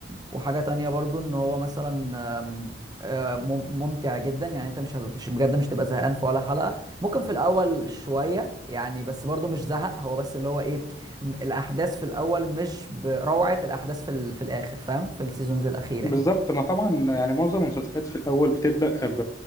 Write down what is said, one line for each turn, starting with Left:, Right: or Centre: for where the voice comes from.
Right: وحاجة تانية برضو ان هو مثلا آم، آه، مم- ممتع جدا يعني انت مش هب- مش بجد مش تبقى زهقان في ولا حلقة ممكن في الاول شوية يعني بس برضو مش زهق هو بس اللي هو ايه م- الاحداث في الاول مش بروعة الاحداث في ال... في الاخر فاهم في السيزونز الاخيرة
Left: بالظبط
Right: يعني
Left: ما طبعا يعني معظم المسلسلات في الاول بتبدا ب...